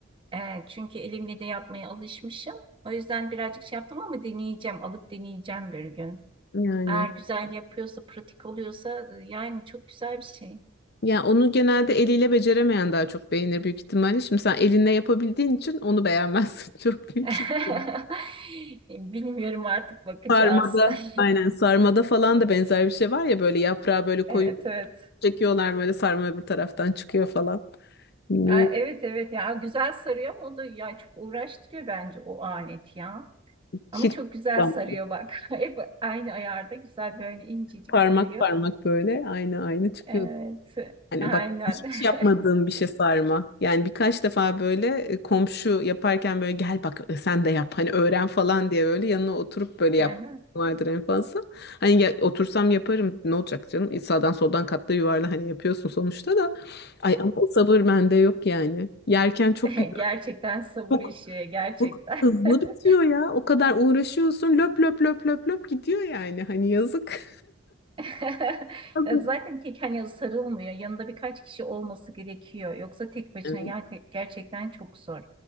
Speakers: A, on the right; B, on the left.
A: E, çünkü elimle de yapmaya alışmışım. O yüzden birazcık şey yaptım ama deneyeceğim. Alıp deneyeceğim bir gün.
B: Yani.
A: Eğer güzel yapıyorsa, pratik oluyorsa e, yani çok güzel bir şey.
B: Ya onu genelde eliyle beceremeyen daha çok beğenir büyük ihtimalle. Şimdi sen elinle yapabildiğin için onu beğenmezsin <laughs> çok büyük.
A: <laughs>
B: ihtimalle.
A: Bilmiyorum artık bakacağız.
B: Sarmada,
A: <laughs>
B: aynen sarmada falan da benzer bir şey var ya böyle yaprağı böyle koyup
A: Evet evet.
B: çekiyorlar böyle sarma bir taraftan çıkıyor falan. Bilmiyorum.
A: E, Evet evet ya güzel sarıyor ama o da ya çok uğraştırıyor bence o alet ya. Ama
B: Hiç
A: çok güzel
B: ulan
A: sarıyor bak. <laughs> Hep aynı ayarda güzel böyle incecik
B: parmak
A: sarıyor.
B: parmak böyle aynı aynı çıkıyor.
A: Evet
B: Yani
A: aynen.
B: bak hiç yapmadığım
A: <laughs>
B: bir şey sarma. Yani birkaç defa böyle e, komşu yaparken böyle gel bak e, sen de yap hani öğren falan diye böyle yanına oturup böyle yap
A: Aha.
B: vardır en fazla. Hani ya- otursam yaparım ne olacak canım? E, Sağdan soldan katla yuvarla hani yapıyorsun sonuçta da. Ay ama o sabır bende yok yani. Yerken çok
A: <laughs>
B: güzel.
A: Gerçekten sabır
B: Çok,
A: işi gerçekten.
B: çok hızlı
A: <laughs>
B: bitiyor ya. O kadar uğraşıyorsun löp löp löp löp löp gidiyor yani. Hani yazık.
A: <laughs>
B: <laughs>
A: Ya
B: Yazık.
A: Zaten tek hani sarılmıyor. Yanında birkaç kişi olması gerekiyor. Yoksa tek başına
B: Evet.
A: ger- gerçekten çok zor.